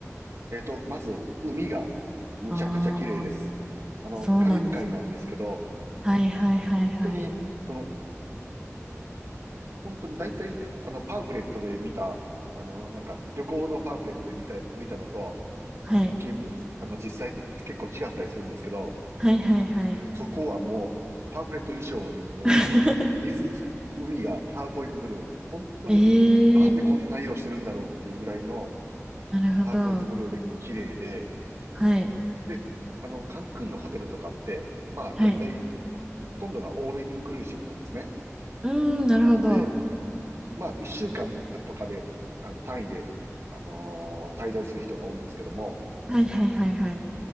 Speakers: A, on the right; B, on the right.
A: えっと、まず、海がむちゃくちゃ綺麗です。
B: ああ、
A: あの、
B: そうなんですか。
A: カリブ海なんですけど、
B: はいはいはいはい。
A: 本当に、その、本当に大体、あの、パンフレットで見た、あの、なんか、旅行のパンフレットで見た、見たのと、
B: はい。
A: 現物、あの、実際って結構違ったりするんですけど、
B: はいはいはい。
A: そこはもう、パンフレット以上にも
B: <laughs>
A: う、水、海がターコイズブルー。本当に、
B: ええ
A: なんでこんな色してるんだろうっていうぐらいの
B: ー、なるほど。
A: ターコイズブルーで綺麗で、
B: はい。
A: で、あの、カンクンのホテルとかって、まあ、
B: はい。
A: 大体ほとんどがオールインクルーシブなんですね。
B: うーん、なるほど。
A: なので、まあ、一週間とかで、あの、単位で、あのー滞在する人が多いんですけども、
B: はいはいはいはい。